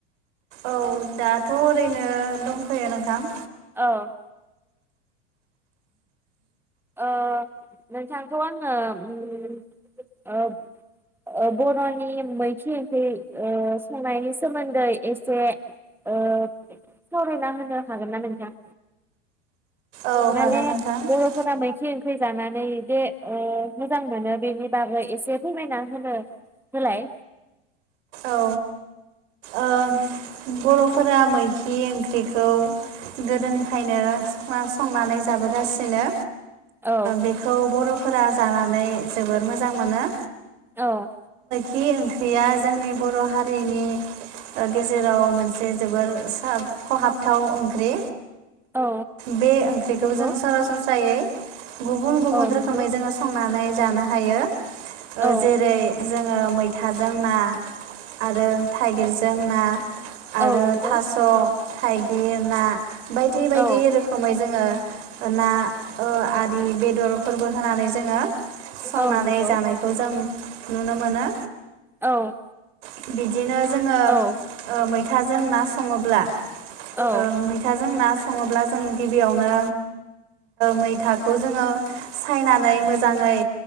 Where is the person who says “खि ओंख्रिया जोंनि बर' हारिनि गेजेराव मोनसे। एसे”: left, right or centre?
Right